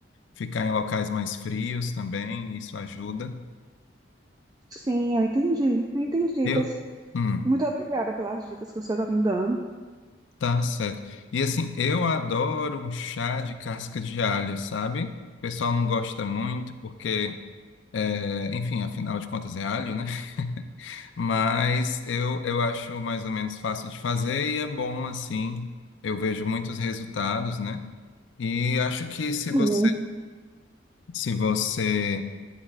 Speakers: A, on the left (about 85°); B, on the right (about 20°).
A: ficar em locais mais frios também, isso ajuda.
B: Sim, eu entendi, eu entendi.
A: Eu,
B: Pois
A: hum,
B: muito obrigada pelas dicas que o senhor está me dando.
A: tá certo. E assim, eu adoro um chá de casca de alho, sabe? O pessoal não gosta muito porque, é, enfim, afinal de contas é alho, né? <laughs> Mas eu, eu acho mais ou menos fácil de fazer e é bom assim. Eu vejo muitos resultados, né? E acho que se você,
B: Sim.
A: se você